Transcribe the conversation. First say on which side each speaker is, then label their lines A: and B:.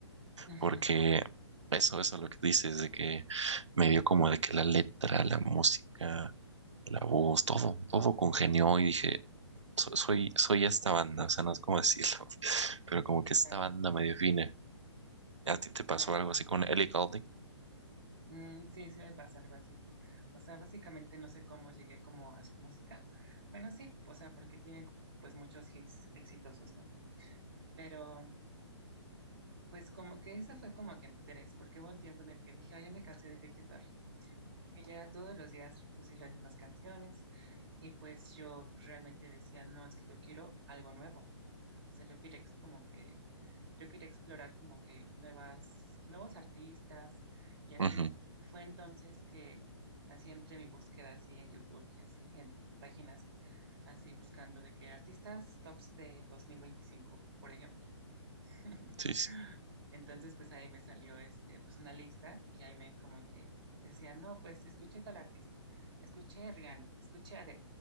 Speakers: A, on the right; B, on the right.
A: <laughs> ujú,
B: Porque eso, eso es lo que dices, de que me dio como de que la letra, la música la voz, todo, todo congenió y dije, "So- soy, soy esta banda, o sea, no es como decirlo, <laughs> pero como que esta
A: Claro,
B: banda me define. ¿A ti te
A: y
B: pasó
A: claro.
B: algo así con Ellie Goulding?
A: Mm, sí, sí me pasa algo así. O sea, básicamente no sé cómo llegué como a su música. Bueno, sí, o sea, porque tienen pues muchos hits exitosos, ¿no? Pero pues como que ese fue como que el interés, porque hubo un tiempo en el que dije, ay, ya me cansé de Katy Perry, que ya era todos los días reproducir las mismas canciones y pues yo realmente decía, no, es que yo quiero algo nuevo. O sea, yo quería ex- como que yo quería explorar como que nuevas, nuevos artistas y así.
B: Ujú,
A: Fue entonces que así entre mi búsqueda así en YouTube y así en páginas así buscando de que artistas tops de 2025 por ejemplo. <laughs>
B: sí, sí.
A: Entonces pues ahí me salió este pues una lista y ahí me como que decía, "No, pues escuché tal artista, escuché a Rihanna, escuché a